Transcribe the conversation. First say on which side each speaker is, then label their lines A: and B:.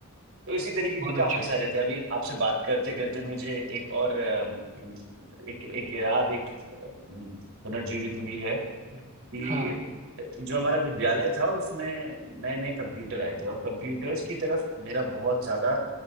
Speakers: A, on the right; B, on the right.
A: तो इसी तरीके
B: बहुत
A: के काफ़ी
B: अच्छा
A: सारे थे। अभी आपसे बात करते-करते मुझे एक और अम, एक एक याद एक उम, पुनर्जीवित हुई है कि
B: हाँ
A: अ, जो हमारा विद्यालय था उसमें नए-नए कंप्यूटर आए थे और कंप्यूटर्स की तरफ मेरा बहुत ज़्यादा